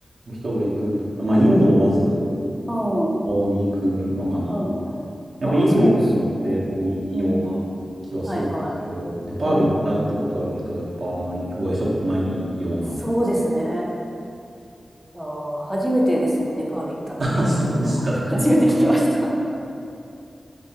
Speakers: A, on the right; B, in the centre.
A: 人が行くんだったら、まあ、インドをまず
B: うん。
A: 旅行に行くのかな。
B: うん。
A: やっぱインド行く人って多いような気はするんですけど、
B: まあ、そうそうね。うん。はいはい。
A: ネパール行ったってことある人はやっぱあんまりお会いしたことないような。
B: うん。そうですね。いやー、初めてですもんね、ネパール行ったって人、
A: <laughs> あ、そうですか。
B: 今。<laughs>
A: はい
B: 初めて聞きました。